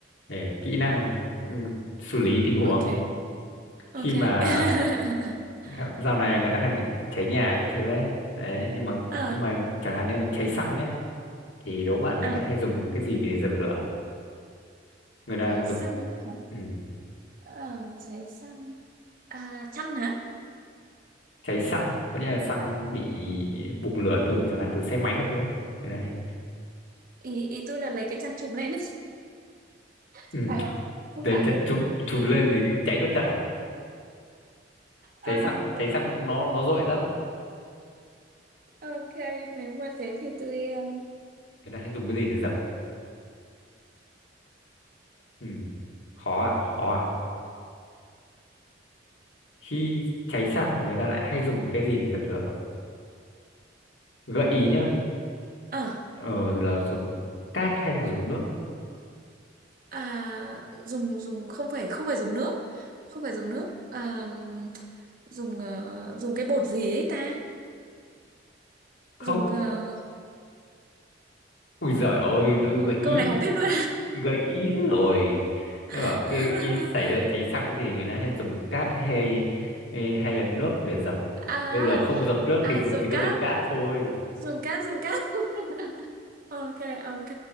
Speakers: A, on the left; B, on the right.
A: về kỹ năng ừ, xử lý tình huống
B: Ok,
A: khi
B: ok.
A: mà
B: <laughs>
A: hẹ- dạo này người ta hay bị cháy nhà các thứ ấy đấy nhưng mà
B: À,
A: nhưng mà chẳng hạn như là cháy xăng nhé thì đố bạn người
B: à,
A: ta hay dùng cái gì để dập lửa người ta
B: cháy xăng
A: dùng
B: á hả?
A: ừ,
B: À, cháy xăng. À, chăn hả?
A: cháy xăng có nghĩa là xăng bị bùng lửa từ chẳng hạn từ xe máy các thứ ấy người ta hay,
B: Ý, ý tôi là lấy cái chăn chùm lên. <laughs>
A: ừ,
B: Phải không? Không
A: đấy
B: phải
A: chân
B: hả?
A: chụp chụp lên thì cháy luôn chặt à cháy
B: À,
A: xăng cháy xăng nó nó dội lắm
B: ok, nếu mà thế thì tôi... ờ,
A: người ta hay dùng cái gì để dập ừ. khó à khó à khi cháy xăng người ta lại hay dùng cái gì để dập lửa gợi ý nhá
B: ờ.
A: ờ, là dùng cát hay là dùng nước
B: à, dùng dùng không phải không phải dùng nước không phải dùng nước à, dùng ờ, dùng cái bột gì ấy ta
A: không
B: dùng ờ,
A: ui giời ơi tôi
B: ủa,
A: gợi ý
B: câu này không biết luôn
A: gợi ý thế rồi thế bảo
B: <laughs>
A: khi khi xảy ra cháy xăng thì người ta hay dùng cát hay hay hay là nước để dập
B: à
A: bây giờ không dập nước
B: à
A: thì dùng
B: dùng
A: chỉ có
B: cát
A: dập cát thôi
B: dùng cát dùng cát <laughs> ok ok